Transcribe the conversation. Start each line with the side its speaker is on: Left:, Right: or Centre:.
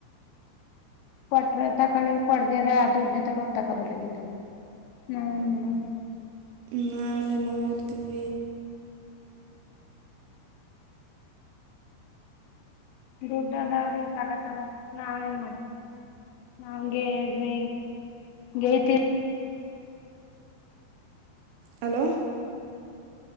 Left: ಕೊಟ್ರ ತಕೊಳ್ಳಿ ಕೊಡ್ದೇವ್ರ ದೊಡ್ನೇ ತಕೊ ತಕೊಬರತ್ತು ನನ್ ಮ ನನ್
Right: ನ ಅ ನ ತಿಿವ
Left: ದುಡ್ಡದವ್ರೀ ತಕಾತರ ನಾವ ನ್ ಮಾಡ ನಾವ್ಗೆೀ ಗತಿ
Right: ಹಲೋ